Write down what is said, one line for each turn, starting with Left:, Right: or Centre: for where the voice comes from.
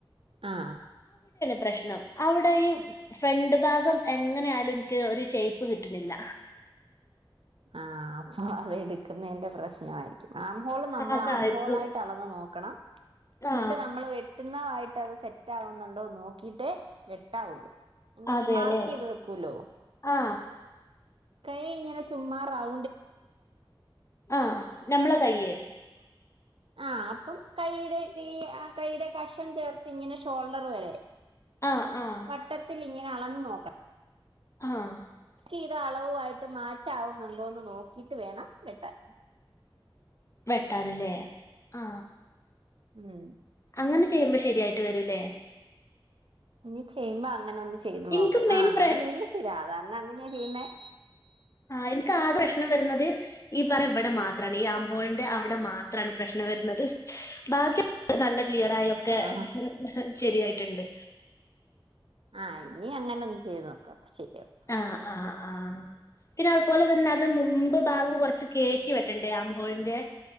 Right: ആഹ
Left: പ്രശ്നം അവിടെ ഫ്രണ്ട് ഭാഗം എങ്ങനൊലും എനിക്ക് ഷേപ്പ് കിട്ടുന്നില്ല
Right: ആ അപ്പൊ അതെടുക്കുന്നതിന്റെ പ്രശ്നമായിരിക്കും ആംഹോള് നമ്മൾ
Left: ആ താഴത്തു
Right: ആംഹോൾ ആയിട്ട് അളന്ന് നോക്കണം എന്നിട്ട്
Left: ആ
Right: നമ്മൾ വ കിട്ടുന്നതായിട്ട് അത് സെറ്റ ആകുന്നുണ്ടോ നോക്കിട്ടേ വെട്ടാവുള്ളൂ അങ്ങനെ
Left: അതെല്ലേ
Right: മാർക്ക് ചെയ്ത് വെക്കൂലോ
Left: ആ
Right: കൈ ഇങ്ങനെ ചുമ്മാ റൗ
Left: ആഹ് നമ്മളെ കയ്
Right: ആഹ് അപ്പം കൈയുടെ ഈ കൈയുടെ കഷം ചേർത്ത് ഇങ്ങനെ ഷോൾഡർ വരെ
Left: ആഹ് ആഹ്
Right: വട്ടത്തിൽ ഇങ്ങനെ അളന്ന് നോക്കാം
Left: ആഹ്
Right: ഇത് അളവു ആയിട്ട് മാറ്റാവുന്നുണ്ടോന്ന് നോക്കിട്ട് വേണം വെട്ടാൻ
Left: വെട്ടാനല്ലേ ആ
Right: ഉം
Left: അങ്ങനെ ചെയ്യുമ്പോ ശരിയായിട്ട് വരല്ലേ
Right: ഇ ചെയ്യുമ്പോ അങ്ങനെ ഒന്ന് ചെയ്ത്
Left: എനിക്ക്
Right: നോക്ക്
Left: മെയിൻ
Right: ആഹ് അങ്ങനെ
Left: പ്ര
Right: ചെയ്യുമ്പ ശരിയാ കാരണം അങ്ങനെയാ ചെയ്യുന്നത്
Left: ആഹ് എനിക്ക് ആകഷ്നം വരുന്നത് ഈ പറ ഇവിടെ മാത്രമാണ് ഈ ആമ്പോഴിന്റെ അവിടെ മാത്രമാണ് പ്രശ്നം വരുന്നത് ബാക്കി നല്ല ക്ലിയറ ആയൊക്കെ
Right: ആഹ്
Left: ശരിയായിട്ടുണ്ട്
Right: ആഹ് ഇനി അങ്ങനെ ഒന്ന് ചെയ്ത് നോക്കാം അപ്പൊ ശരിയാവും
Left: ആഹ ആ ആഹ് പിന്നെ അതുപോലെ തന്നെ അതി മുമ്പ് ഭാഗം കുറച്ച് കേയറ്റി വറ്റണ്ടേ ആംഹോളിന്റെ